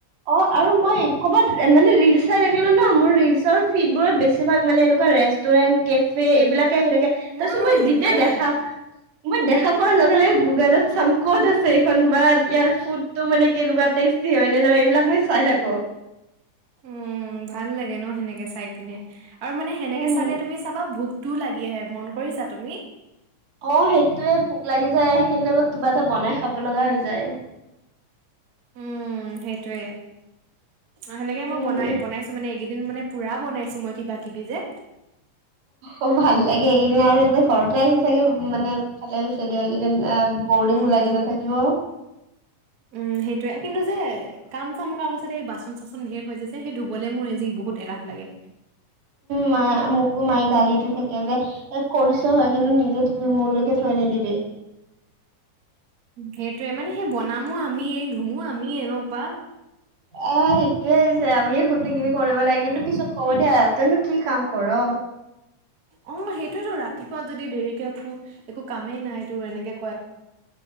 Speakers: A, on the right; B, on the right.
A: অ আৰু মই ক'ৰবাত মানে ৰিল চাই থাকিলো ন মোৰ ৰিলচৰ ফিডবোৰত বেছিভাগ মানে এনেকুৱা ৰেষ্ট তুৰেন, কেফে, এইবিলাকে আহি থাকে তাৰপিছত
B: মোৰো
A: মই
B: সেইবোৰে
A: যেতিয়া দেখাম
B: আহে
A: মই দেখা পোৱাৰ লগে লগে গুগলত চাম ক'ত আছে এইখন বা ইয়াৰ ফুট- তো মানে কেনেকুৱা টেষ্টি হয়নে নহয় এইবিলাক মই চাই থাকো।
B: উম ভাল লাগে ন সেনেকে চাই পিনে আৰু মানে সেনেকে
A: উম
B: চালে তুমি চাবা ভোক- টো লাগি আহে মন কৰিছা তুমি?
A: অ সেইটোয়ে ভোক লাগি যায়, সেইদিনা বা কিবা এটা বনাই খাব লগা হৈ যায়।
B: উম সেইটোয়ে, সেনেকে
A: উম
B: মই বনাই বনাইছো মানে এইকেইদিন মানে- পুৰা বনাইছো মই কিবা কিবি যে।
A: অ ভাল লাগে এইকেইদিন আৰু তাতে ঘৰতে আছে চাগে মানে ভালে হৈছে দিয়া এইকেইদিন আহ বৰিং
B: উম
A: লাগি নাথাকিব।
B: উম সেইটোৱে কিন্তু যে কাম চাম কৰাৰ পাছতে এই বাচন চাচন ধেৰ হৈ যায় যে সেই ধুবলৈ মোৰ এজি বহুত এলাহ লাগে।
A: মায় মোকো মায়ে গালি দি থাকে যে কৰিছ হয় কিন্তু নিজে ধুবি মোৰলৈ কে থৈ নিদিবি।
B: সেইটোয়ে মানে সেই বনামো আমিয়ে, ধুমো আমিয়ে, এনেকুৱা।
A: এ সেইটোয়ে হৈছে আমি গোটেইখিনি কৰিব লাগে, কিন্তু পিছত কব দিয়া তইনো কি কাম কৰ?
B: অ সেইটোয়েতো ৰাতিপুৱা যদি দেৰিকে উঠো একো কামেই নাই তোৰ এনেকে কয়।